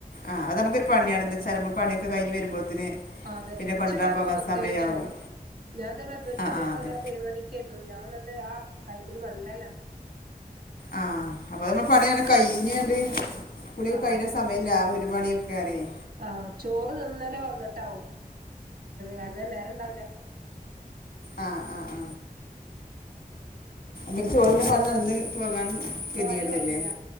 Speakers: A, on the left; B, on the right.
A: ആഹ് അതൊരു പണിയാണ് ന്ത്ച്ചാ പണിയൊക്കെ കഴിഞ്ഞ് വരുമ്പോഴത്തന്
B: ആഹ് അതന്നെ
A: പിന്നെ
B: ഉച്ചക്കെ
A: കൊണ്ടരാൻ
B: ആവുമ്പോ
A: പോകാൻ
B: പ്രത്യേകിച്ചുവാണ്
A: സമയാവും
B: ഞാൻ തന്നർക്ക്
A: ആഹ്
B: അതേപോലെ
A: ആഹ് അതന്നെ
B: ഒരു മണിക്കായിരുന്നു ഞാൻ ദേ അത് ആ ടൈമില് മൺണ്ടല
A: ആ അപ്പൊ പണി അനക്കായി ഇനിയത് കുളിയൊക്കെ
B: ആ
A: കഴിയുന്ന സമയല്ലേ അറിയേ
B: ആ ചോറ് തിന്നലേ വന്നി ട്ടാവും കാരണം നേര ഇണ്ടാവൂല
A: ആ ആ ആ പി ചോറി പറഞ്ഞ നടന്ന് പോകാനും ഗതികേടുവല്ലേ
B: പോവാനേ കഴിയൂല